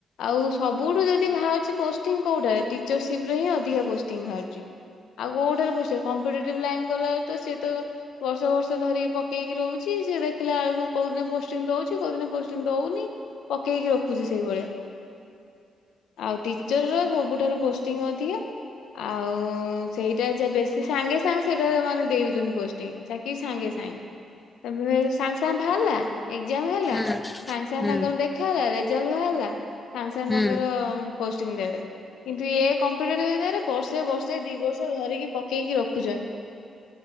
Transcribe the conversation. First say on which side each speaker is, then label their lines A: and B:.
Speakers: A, on the left; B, on the left.
A: ଆଉ ସବୁଠୁ ଯଦି ବାହାରୁଛି ପୋଷ୍ଟିଂ କୋଉଠାରେ ଟିଚରସିପ ରେ ହିଁ ଅଧିକା ପୋଷ୍ଟିଂ ବାହାରୁଛି। ଆଉ କୋଉଠାରେ ପୋ କମ୍ପିଟେଟିଭ ଲାଇନ୍ ଗଲା ତ ସିଏ ତ ବର୍ଷ ବର୍ଷ ଧରିକି ପକେଇକି ରହୁଛି ସିଏ ଦେଖିଲା ବେଳକୁ କୋଉ ଦିନ ପୋଷ୍ଟିଂ ଦଉଛି କୋଉ ଦିନ ପୋଷ୍ଟିଙ୍ଗ ଦଉନି ପକେଇକି ରଖୁଛି ସେଇଭଳିଆ। ଆଉ ଟିଚର ର ସବୁଠାରୁ ପୋଷ୍ଟିଙ୍ଗ ଅଧିକ ଆଉ ସେଇଟା ଜା ବେଶୀ ସାଙ୍ଗେ ସାଙ୍ଗେ ସେଟା ମାନେ ଦେଇ ଦଉଛନ୍ତି ପୋଷ୍ଂ ଚାକିରି ସାଙ୍ଗେ ସାଙ୍ଗେ। ସାଙ୍ଗେ ସାଙ୍ଗେ ଭାରିଲା ଏକ୍ଜାମ ହେଲା
B: ହୁଁ
A: ସାଙ୍ଗେ ସାଙ୍ଗେ
B: ହୁଁ
A: ତାଙ୍କର ଦେଖାହେଲା ରେଜଲ୍ଟ ବାହାରିଲା ସାଙ୍ଗେ ସାଙ୍ଗେ
B: ହୁଁ
A: ତାଙ୍କର ପୋଷ୍ଟିଙ୍ଗି ଦେବେ କିନ୍ତୁ ଏ କମ୍ପୁଟର ବର୍ଷେ ବର୍ଷେ ଦି ବର୍ଷ ଧରିକି ପକେଇକି ରଖୁଛନ୍ତି।